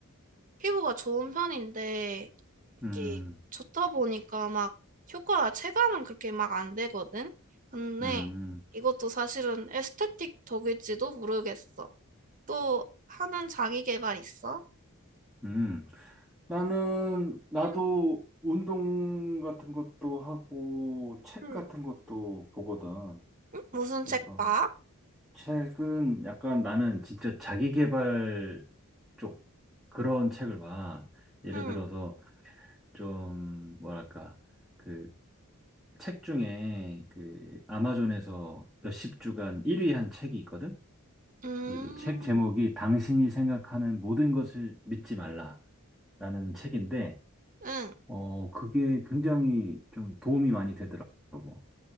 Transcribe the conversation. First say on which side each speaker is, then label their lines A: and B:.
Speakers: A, on the right; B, in the centre.
A: 피부가 좋은 편인데 이게
B: 음,
A: 좋다 보니까 막 효과 체감은 그렇게 막 안 되거든. 근데
B: 음,
A: 이것도 사실은 에스테틱 덕일지도 모르겠어. 또 하는 자기 개발 있어?
B: 음, 나는, 나도
A: 응,
B: 운동 같은 것도 하고, 책
A: 응.
B: 같은 것도 보거든.
A: 무슨
B: 그래서,
A: 책 봐?
B: 책은 약간 나는 진짜 자기개발 쪽 그런 책을 봐. 예를
A: 응.
B: 들어서 좀 뭐랄까 그 책 중에 그 아마존에서 몇십 주간 1위 한 책이 있거든.
A: 음.
B: 우리 책 제목이 당신이 생각하는 모든 것을 믿지 말라라는 책인데,
A: 응.
B: 어, 그게 굉장히 좀 도움이 많이 되더라고.